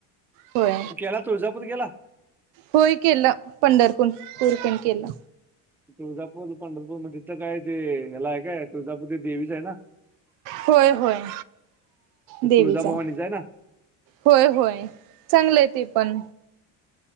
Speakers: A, on the right; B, in the centre.
A: होय
B: मी केला तळापुर केला.
A: होय केलं पंढरपूर पूर तेण केलं.
B: तुळजापूर पंढरपूर मध्ये तर काय ते ह्यालाय काय तुळजापूर ते देवीच आहे ना.
A: होय होय
B: ते
A: देवीच
B: तुळजाभवानीच
A: हाय.
B: आहे ना
A: होय होय चांगलं ते पण